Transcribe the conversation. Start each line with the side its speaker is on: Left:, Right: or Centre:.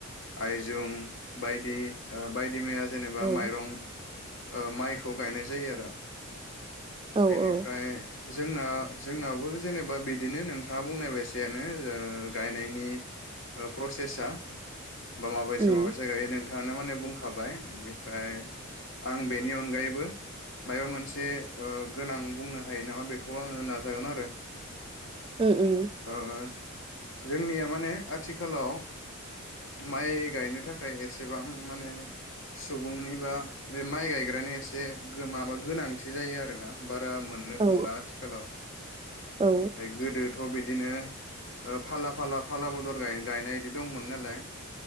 Left: आयजुम बायदि बायदि मैया जेनेबा
Right: औ
Left: माइरं ओ माइखौ गायनाय जायो आरो।
Right: औ
Left: बेनिफ्राय
Right: औ
Left: जोंना जोंनाबो जेनेबा बिदिनो नोंथाङा बुंनाय बायसायानो गायनायनि प्रसेसआ। बा माबायसा
Right: उम
Left: माबायसा गायो नों थांआनो माने बुंखाबाय इनिफ्राय आं बेनि अनगायैबो माबा मोनसे ओ गोनां बुंनो हायो नामा बेखौ आङो नाजागोन आरो।
Right: ओम ओम
Left: ओ जोंनिया माने आथिखालाव माइ गायनो थाखाय एसेबां माने सुबुंनिबा बे माइ गायग्रानि एसे माबा गोनांथि जायो आरोना। बारा मोननो
Right: औ
Left: थांला आथिखालाव ओमफ्राय
Right: औ
Left: गोदोथ' बि दिनो फाला फाला फाला बदर गायनाय इदि दंमोन नालाय